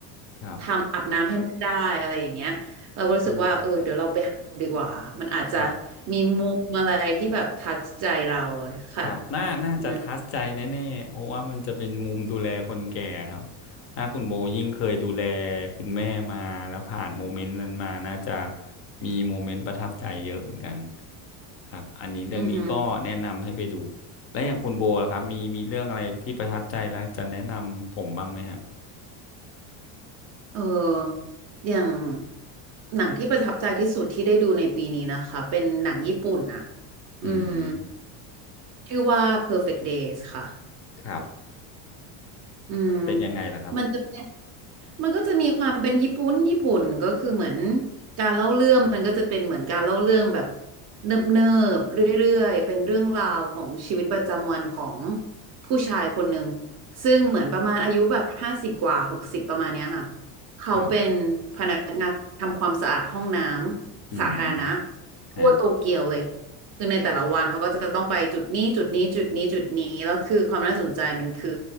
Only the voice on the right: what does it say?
ทำอาบน้ำให้แม่ได้อะไรอย่างเงี้ยเราก็รู้สึกว่าเออเดี๋ยวเราไปหาดูดีกว่ามันอาจจะ
มีมุมอะไรที่แบบทัชใจเราเลยค่ะ
อือฮึ
อือฮึ
เอออย่างหนังที่ประทับใจที่สุดที่ได้ดูในปีนี้นะคะเป็นหนังญี่ปุ่นอะอืม
ชื่อว่า Perfect Days ค่ะ
อืม
มันจะเป็น มันก็จะมีความเป็นญี่ปุ่น ญี่ปุ่นก็คือเหมือนการเล่าเรื่องมันก็จะเป็นเหมือนการเล่าเรื่องแบบเนิบเนิบเรื่อยๆเป็นเรื่องราวของชีวิตประจำวันของผู้ชายคนหนึ่งซึ่งเหมือนประมาณอายุแบบห้าสิบกว่าหกสิบประมาณเนี้ยค่ะเขาเป็นพนักงานทำความสะอาดห้องน้ำสาธารณะ
ทั่วโตเกียวเลย
คือในแต่ละวันเขาก็จะต้องไปจุดนี้จุดนี้จุดนี้จุดนี้แล้วคือความน่าสนใจมันคือ